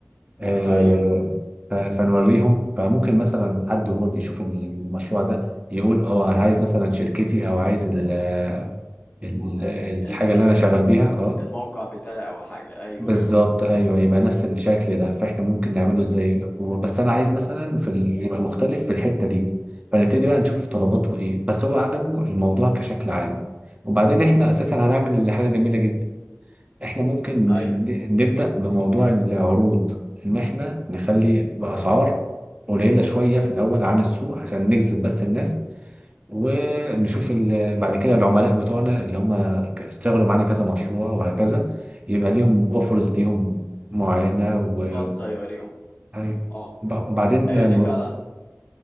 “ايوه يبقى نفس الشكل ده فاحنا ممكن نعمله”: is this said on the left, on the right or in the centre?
Right